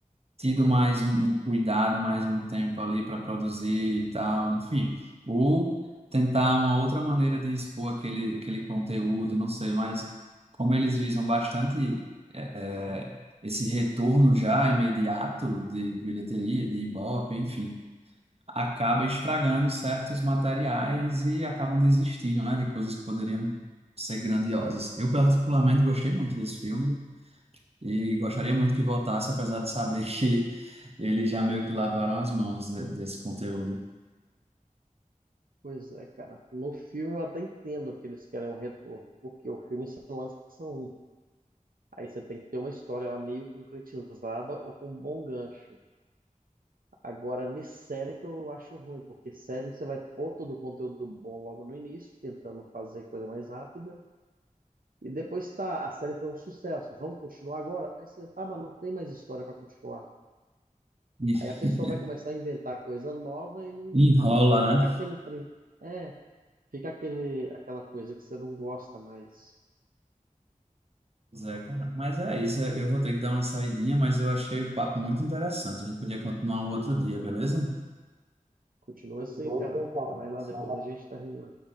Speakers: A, on the right; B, on the right.
A: tido mais um, um cuidado, mais um tempo ali para produzir e tal, enfim, ou tentar uma outra maneira de expor aquele, aquele conteúdo, não sei, mas como eles visam bastante é, é, esse retorno já imediato de bilheteria, de Ibope, enfim, acaba estragando certos materiais e acabam desistindo, né, de coisas que poderiam ser grandiosas. Eu particularmente gostei muito desse filme. E gostaria muito que voltasse, apesar de saber que eles já meio que lavaram as mãos de- desse conteúdo.
B: Pois é, cara. No filme eu até entendo que eles querem um retorno, porque o filme se lança um. Aí você tem que ter uma história lá meio concretizada ou com um bom gancho. Agora, nessa série que eu acho ruim, porque série você vai pôr todo o conteúdo bom logo no início, tentando fazer coisa mais rápida, e depois tá, a série foi um sucesso, vamos continuar agora? Aí você, tá, mas não tem mais história para continuar.
A: E <laughs>
B: Aí a pessoa vai começar a inventar coisa nova e não,
A: Enrola,
B: e
A: né?
B: fica aquele trem. É, Fica aquele, aquela coisa que você não gosta mais.
A: Pois é, cara. Mas é isso, eu vou ter que dar uma saidinha, mas eu achei o papo muito interessante. A gente podia continuar um outro dia, beleza?
B: Continua
A: Muito
B: assim,
A: bom,
B: cara.
A: então, tá.
B: Vai lá,
A: Só
B: depois
A: lá.
B: a gente termina.